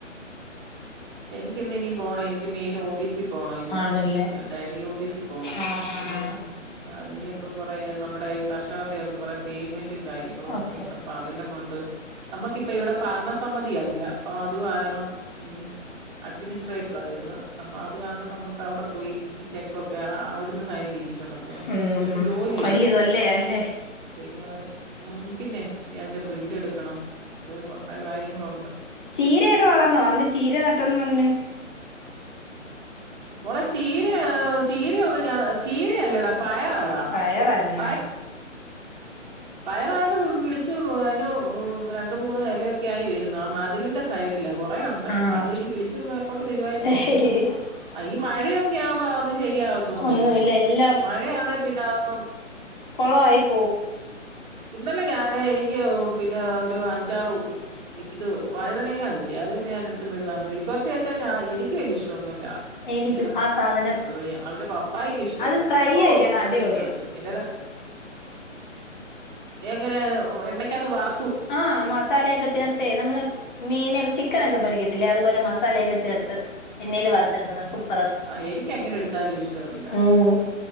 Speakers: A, on the right (about 35°); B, on the left (about 40°).
A: എനിക്കിന്നിനി പോണെനിക്ക് മെയിനോഫ് ഫീസി പോണ ഇന്ന്
B: ആണല്ലേ
A: ഡയറി ഓഫീസി പോണം
B: ആഹ് ആഹ്
A: ഉം അയ്നിപ്പം കൊറേ നമ്മടെ കർഷകർടെക്കെ കൊറെ പേയ്മെന്റും കാര്യങ്ങളോക്കെ
B: ഓക്കെ
A: ഉണ്ടപ് പ്പാതെല്ലാം കൊണ്ട് നമ്മക്കിപ്പ ഇവടെ ഭരണ സമ്മതിയല്ല അപ്പ അത് കാര ണം ഉം അഡ്മിനിസ്ട്രേറ്ററാ വെരുന്നത്. അപ്പ അത് കാരണം നമ്മക്കവടെ പോയി ഈ ചെക്കൊക്കെ അവട്ന്ന് സൈനിടി പ്പിച്ചോണ്ടക്കെ വെര്ണം
B: ഉം
A: ഒരു ജോലിയാ.
B: വലിയ തൊല്ലയാ അല്ലേ
A: പിന്നെ അത് ഉം പിന്നെ ഇനി അതിന്റെ പ്രിൻ്റെട്ക്കണം ഒക്കെ കൊറെ കാര്യങ്ങളൊണ്ട്.
B: ചീരയക്കെ വളർന്നോ അന്ന് ചീര നട്ടെന്ന് പർഞ്ഞ്.
A: മോളെ ചീര എഹ് ചീര ഒന്നു ഞാൻ ചീരയല്ലടാ പയറാടാ.
B: പയറാര്ന്നാ?
A: പയ പയറാണ്ട് കിളിച്ചു അയിനു രണ്ടു മൂന്ന് എലയൊക്കായി വെരുന്നു ആ മതിലിന്റെ സ് സൈഡില കൊറേ ഒണ്ട്
B: ആഹ്
A: അത് ഇനി കിളിച്ച് മേപ്പോട്ട് വെരുവായിരി
B: <unintelligible>
A: ആഹ് ഈ മഴയൊക്കാവുമ്പാന്നും ശെരിയാവത്തൊന്നുല്ലന്ന്‌
B: ഒന്നുമില്ല
A: തോന്നു
B: എല്ലാം
A: മഴയാന്നേ പിന്നെ അതൊന്നും
B: കൊളവായി പോവും.
A: ഇന്നലെ ഞാന് എനിക്ക് പിന്നെ ഒരു അഞ്ചാറു <unintelligible> വഴ്തനങ്ങ്യാ കിട്ടി അത് പിന്നെ ഞാനെട്ത്ത് മെഴ്ക ആഹ് മെഴ്ക്കുവരട്ടി വെച്ചാ ഞാ എനിക്ക് വെല്ല്യഷ് ട്ടൊന്നുല്ല.
B: എനിക്കും
A: പിന്നെ
B: ആ സാധനം
A: എഹ് യ് അവന്റെ പപ്പായ്ക്ക് ഇഷ്ടവാ
B: അത് ഫ്രൈ
A: ഓഹ്
B: ചെയ്യണം
A: എനിക്കിഷ്ടവല്ല
B: അടിപൊളിയാ
A: ചെലര് എങ്ങനെ എണ്ണക്കാത്ത് വറ
B: ആഹ് മസാലെക്കെ ചേർ ത്തെ നമ്മള് മീനെക്കെ ചിക്കനക്കെ പൊരിക്കത്തില്ലേ അത്പോലെ മസാലക്കെ ചേർത്ത്. എണ്ണേല് വറ്ത്തെടുക്കണം അത് സൂപ്
A: ആഹ് എനിക്കെങ്ങനെ ട്ത്താലും ഇഷ്ടവല്ല.
B: ഉം